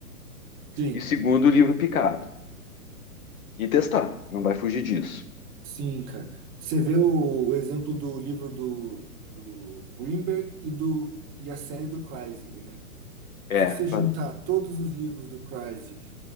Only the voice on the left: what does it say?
e segundo, o livro picado. E testar, não vai fugir disso.
É,
fa-